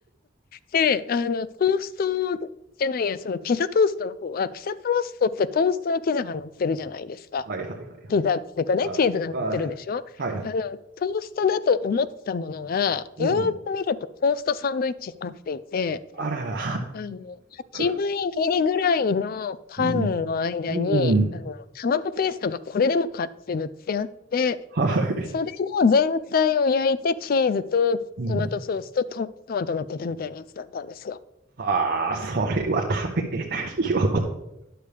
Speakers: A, on the left; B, on the right.
A: で、あの、トーストじゃないや、そのピザトーストの方は、ピザトーストってトーストにピザが乗ってるじゃないですか。
B: いはいはいはい。
A: ピザっていうかね、
B: はいはい
A: チーズが乗ってるでしょあの、
B: はいはい。
A: トーストだと思ったものが、
B: うん。
A: よーく見るとトーストサンドイッチになっていて、
B: あらら。
A: あの、8分切りぐらいのパンの間に、
B: <laughs> うん。うん。
A: あの、卵ペーストがこれでもかって塗ってあって、
B: はい。
A: それの全体を焼いてチーズとトマトソースとト、
B: うん。
A: トマト乗ってたみたいなやつだったんですよ。
B: ああ、それは食べれないよ。